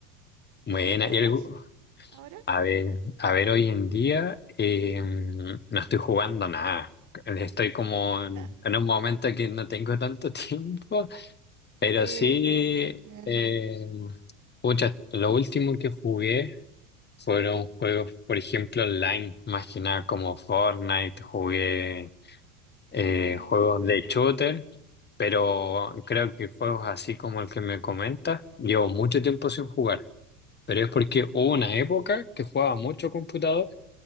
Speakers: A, on the left; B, on the right.
A: Buena,
B: ¿Tú qué juegas
A: y algo...
B: ahora?
A: A ver, a ver, hoy en día eh, no estoy jugando nada. Estoy como en,
B: <laughs>
A: en un momento que no tengo tanto <laughs> tiempo, pero
B: Sí,
A: sí...
B: sí, sí, te entiendo.
A: Eh, pucha, lo último que jugué... Fueron juegos, por ejemplo, online, más que nada como Fortnite, jugué eh,
B: Ah,
A: juegos
B: ya, ya.
A: de shooter, pero creo que juegos así como el que me comentas, llevo mucho tiempo sin jugar, pero es porque hubo una época que jugaba mucho computador